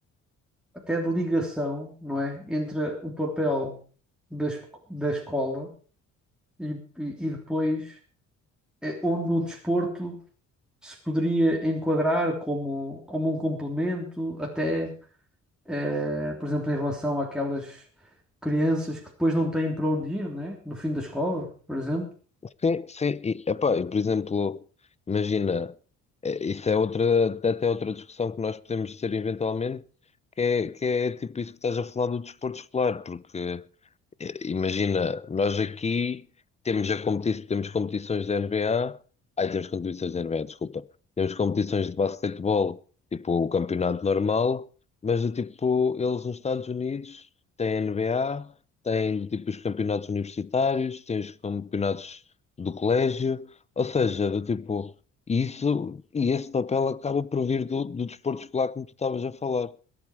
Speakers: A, in the centre; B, on the left.
A: até de ligação, não é? Entre o papel da, es- da escola e, e, e depois é, onde o desporto se poderia enquadrar como, como um complemento, até. eh, por exemplo, em relação àquelas crianças que depois não têm para onde ir, né? No fim da escola, por exemplo.
B: Sim, sim, e, epá, e por exemplo, imagina, eh, isso é outra, até outra discussão que nós podemos ter eventualmente, que é, que é tipo isso que estás a falar do desporto escolar, porque Eh, Imagina, nós aqui temos, já competi temos competições da NBA, ai, temos competições da NBA, desculpa, temos competições de basquetebol, tipo o campeonato normal, mas do tipo, eles nos Estados Unidos têm N B a NBA, têm tipo os campeonatos universitários, têm os campeonatos do colégio, ou seja, do tipo, isso e esse papel acaba por vir do, do desporto escolar, como tu estavas a falar.